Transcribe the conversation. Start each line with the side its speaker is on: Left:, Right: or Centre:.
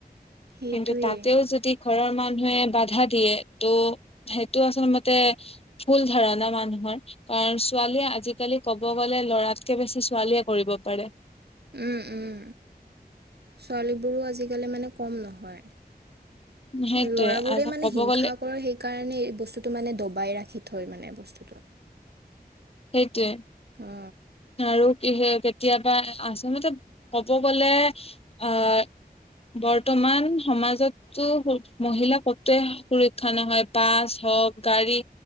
Right: সেইটোৱে
Left: কিন্তু তাতেও যদি ঘৰৰ মানুহে বাধা দিয়ে তো সেইটো আচল মতে ভুল ধাৰণা মানুহৰ কাৰণ ছোৱালীয়ে আজিকালি ক'ব গ'লে ল'ৰাতকে বেছি ছোৱালীয়ে কৰিব পাৰে।
Right: উম - উম ছোৱালীবোৰো আজিকালি মানে কম নহয়।
Left: সেইটোয়ে
Right: লৰাবোৰে মানে
Left: ক'ব
Right: হিংসা
Left: গ'লে
Right: কৰে সেইকাৰণে এই বস্তুতটো মানে দবাই ৰাখি থই। থ মানে বস্তুটো।
Left: সেইটোৱ
Right: অ
Left: আৰু কি কেতিয়াবা আচলতে ক'ব গ'লে আহ বৰ্তমান সমাজতো মহিলা কতোৱে সুৰক্ষা নহয় বাছ গাড়ী